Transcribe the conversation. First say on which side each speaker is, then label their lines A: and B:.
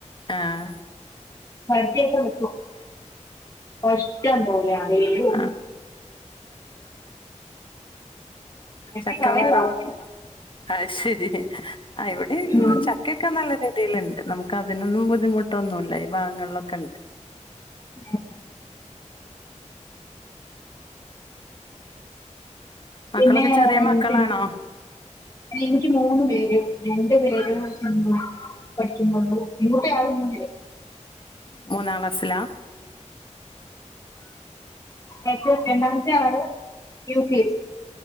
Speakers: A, on the left; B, on the left.
A: ആഹ്
B: മദ്യൊക്ക വക്കും ഇഷ്ടം പോലെ അതല്ലും
A: ആ
B: വെട്ടി
A: ചക്കവറവൊക്കെ
B: കളയുവാണ്
A: അഹ്ശരി ആ ഇവിടെ ഇന്ന്
B: ഉം.
A: ച ക്കൊക്കെ നല്ല രീതിയിലുണ്ട് നമുക്ക് അതിനൊന്നും ബുദ്ധിമുട്ടൊന്നുല്ല ഈ ഭാഗങ്ങളിലൊക്കെ ഉണ്ട്
B: ഉം
A: മക്കളൊക്കെ
B: പിന്നെ
A: ചെറിയ
B: ഏ
A: മക്കളാണോ
B: പിന്നെ എനിക്ക് മൂന്ന് പേര് രണ്ടു പേരും <unintelligible> പഠിക്കുന്നൊള്ളു മൂത്തയാള് മൂന്നില്
A: മൂന്നാം ക്ലാസ്സിലാ
B: ഏറ്റവും രണ്ടാമത്തെയാള് യു കെ ജി